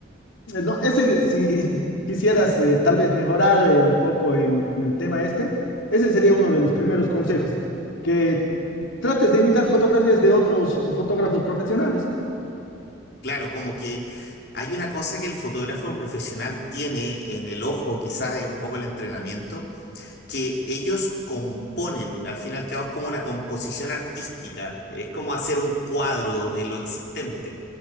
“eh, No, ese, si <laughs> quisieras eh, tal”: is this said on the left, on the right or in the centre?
Left